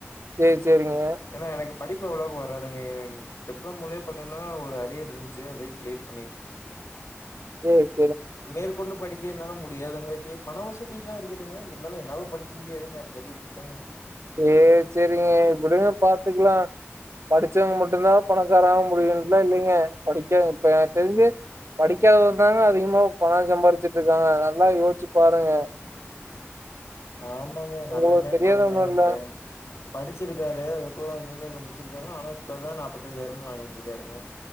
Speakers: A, on the right; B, on the left.
A: சரி, சரிங்க.
B: ஏனா எனக்கு படிப்பு அவ்ளோக்கு வரா ஏன்டு டிப்ளமோலே பாத்தீங்ன்னா ஒரு அரியர் இருந்ச்சு அதையு கிளியர் பண்ணி
A: ம்
B: மேற்கொண்டு படிக்க என்னால முடியாதுங்க எ பண வசதிலா இருக்குதுங்க இருந்தாலு என்னால படிக்க முடியாதுங்க அதகாட்டி விட்டுட்டேங்க
A: சேரி சேரிங்க விடுங்க பாத்துக்கலா படிச்சவ்ங்க மட்டுந்தா பணக்காராக முடியுன்ட்லா இல்லைங்க படிக்க இப்ப எனக்கு தெரிஞ்சு படிக்காதவ தாங்க அதிகமா பண சம்பாரிச்சுட்ருக்காங்க நல்லா யோச்சு பாருங்க
B: ஆமாங்க எங்க
A: உங்களுக்கு
B: அண்ணனே
A: தெரியாத
B: பாருங்க
A: ஒன்னு இல்ல
B: இப்ப படிச்சிருக்காரு எதுக்கோ வந்து ஏ இத முடிச்சிருக்கரோ ஆனா இப்பதா நாப்பத்தஞ்சாயிரம்னு வாங்கிட்ருக்காருங்க